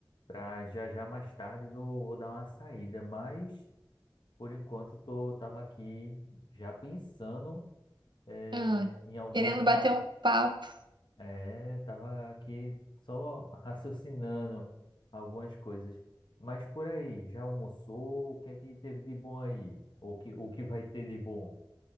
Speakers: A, on the left (about 75°); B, on the right (about 70°).
A: para já já mais tarde eu vou dar uma saída, mas por enquanto tô tava aqui já pensando é,
B: Ah,
A: em algumas
B: querendo
A: con-
B: bater um papo.
A: É, tava aqui só <laughs> raciocinando algumas coisas. Mas por aí, já almoçou? O que é que teve de bom aí? Ou que, o que vai ter de bom?